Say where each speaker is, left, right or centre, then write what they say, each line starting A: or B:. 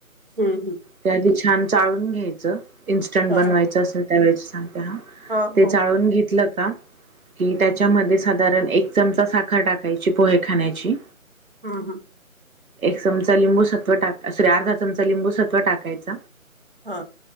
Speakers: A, on the right (about 40°); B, on the right (about 75°).
A: हम्
B: ते आधी छान चाळून घ्यायचं इन्स्टंट
A: हा
B: बनवायचं असेल त्यावेळेच सांग
A: हा
B: ते
A: हो
B: चाळून घेतलं कि त्याच्यामध्ये साधारण एक चमचा साखर टाकायची पोहे खाण्याची
A: हा हा
B: एक चमचा लिंबूसत्व टाका अर्धा चमचा लिंबूसत्व टाकायच
A: हा